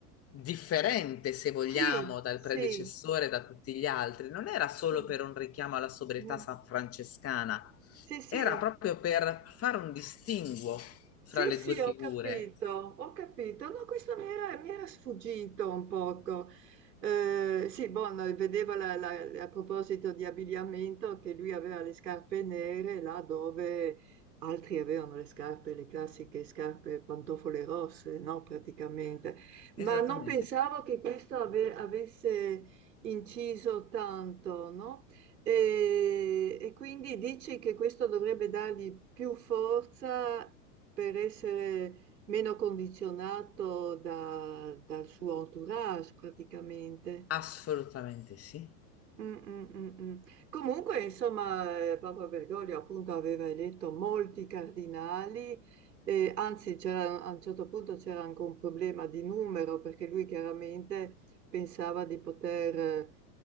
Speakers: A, on the left; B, on the right.
A: differente, se vogliamo,
B: Sì,
A: dal
B: sì,
A: predecessore, da tutti gli altri, non era solo
B: sì.
A: per un richiamo alla sobrietà
B: Mm.
A: san- francescana,
B: Sì, sì.
A: era proprio per fare un distinguo fra
B: Sì,
A: le
B: sì,
A: due figure.
B: ho capito, ho capito. No, questo mi era, mi era sfuggito un poco. Eh, sì, Bono, vedeva la- la- a proposito di abbigliamento che lui aveva le scarpe nere là dove altri avevano le scarpe, le classiche scarpe pantofole rosse, no, praticamente. Ma
A: Esattamente,
B: non pensavo che questo ave- avesse inciso tanto, no? E, e quindi dici che questo dovrebbe dargli più forza per essere meno condizionato da- dal suo entourage praticamente.
A: assolutamente sì.
B: Mm, mm, mm, mm. Comunque, insomma, eh, Papa Bergoglio appunto aveva eletto molti cardinali, eh, anzi c'era- a un certo punto c'era anche un problema di numero perché lui chiaramente pensava di poter